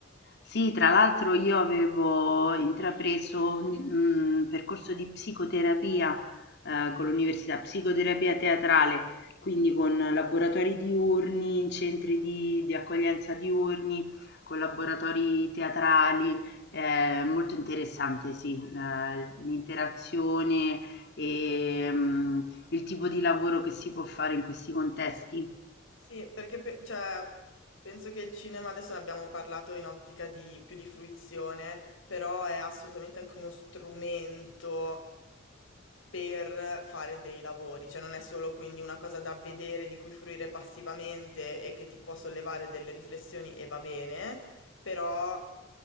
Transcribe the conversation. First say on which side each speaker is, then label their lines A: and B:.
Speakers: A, on the left; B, on the left.
A: Sì, tra l'altro io avevo intrapreso un, un percorso di psicoterapia eh, con l'università, psicoterapia teatrale, quindi con laboratori diurni, in centri di, di accoglienza diurni, con laboratori teatrali, eh, molto interessante, sì, la- l'interazione e mm, il tipo di lavoro che si può fare in questi contesti.
B: Sì, perché pe- cioè, penso che il cinema, adesso ne abbiamo parlato in ottica di più di fruizione, però è assolutamente anche uno strumento per fare dei lavori, cioè non è solo quindi una cosa da vedere, di cui fruire passivamente e che ti può sollevare delle riflessioni e va bene, però